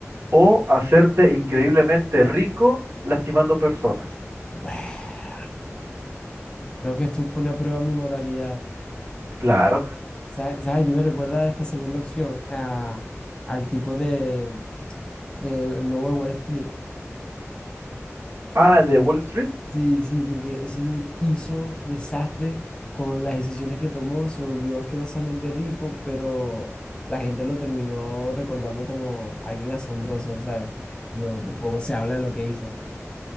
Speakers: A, on the right; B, on the left.
A: o hacerte increíblemente rico lastimando personas?
B: Bueh. Creo que esto pone a prueba mi moralidad.
A: Claro.
B: ¿Sabes, sabes qué me recuerda a esta segunda opción? A- al tipo de, de Lobo de Wall Street.
A: Ah, de Wall Street.
B: Sí, sí, porque ese dude hizo desastre con las decisiones que tomó, se volvió asquerosamente rico, pero la gente lo terminó recordando como alguien asombroso, ¿sabes? No, tampoco se habla de lo que hizo.